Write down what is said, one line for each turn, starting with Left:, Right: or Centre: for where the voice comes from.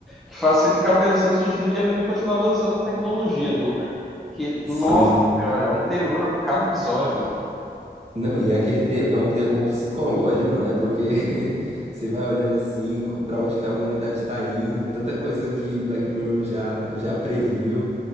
Centre: que faz você ficar pensando se a gente devia mesmo continuar avançando com a tecnologia, viu? Porque, nossa
Right: Sim.
Centre: senhora, é um terror cada episódio, mano.
Right: Não, e é aquele te- é um terror psicológico, né? Porque <laughs> você vai olhando assim, co- pra onde que a humanidade tá indo, tanta coisa que Black Mirror já já previu.